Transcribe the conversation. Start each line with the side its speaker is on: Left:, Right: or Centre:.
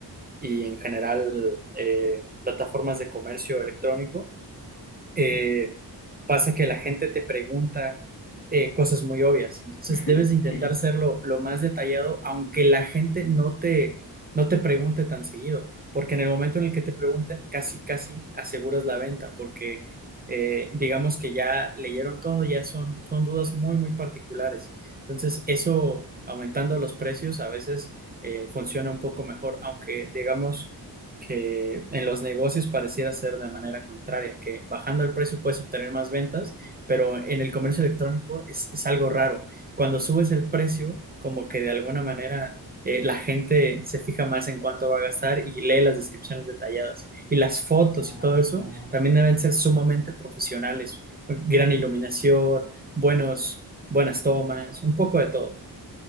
Right: y en general eh, plataformas de comercio electrónico, eh,
Left: ujú.
Right: pasa que la gente te pregunta eh, cosas muy obvias. Entonces
Left: <laughs>
Right: debes de intentar
Left: Sí.
Right: serlo lo más detallado, aunque la gente no te, no te pregunte tan seguido, porque en el momento en el que te pregunten, casi, casi aseguras la venta, porque eh, digamos que ya leyeron todo, ya son, son dudas muy, muy particulares. Entonces eso, aumentando los precios, a veces eh, funciona un poco mejor, aunque digamos que en los negocios pareciera ser de manera contraria, que bajando el precio puedes obtener más ventas, pero en el comercio electrónico es, es algo raro. Cuando subes el precio, como que de alguna manera eh, la gente se fija más en cuánto va a gastar y lee las descripciones detalladas. Y las fotos
Left: Ah,
Right: y todo eso
Left: ok.
Right: también deben ser sumamente profesionales, gran iluminación, buenos, buenas tomas, un poco de todo.